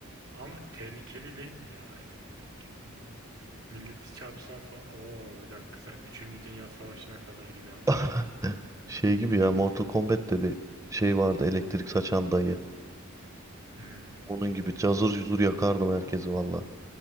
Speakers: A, on the right (about 90°); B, on the right (about 15°).
A: ama tehlikeli değil mi ya elektrik? Yani milleti çarpsan falan. Oo bir dakika sen üçüncü Dünya Savaşı'na kadar gider
B: <laughs>
A: bu iş.
B: Şey gibi ya Mortal Kombat'te bir şey vardı elektrik saçan dayı.
A: Hmm,
B: Onun
A: doğrudur.
B: gibi cazır
A: Be-
B: cuzur yakardım herkesi valla.